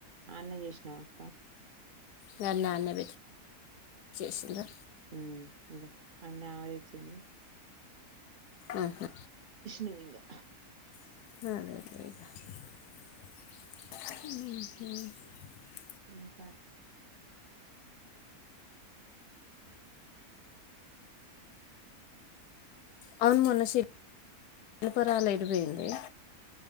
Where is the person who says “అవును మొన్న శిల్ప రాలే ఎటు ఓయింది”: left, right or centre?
Left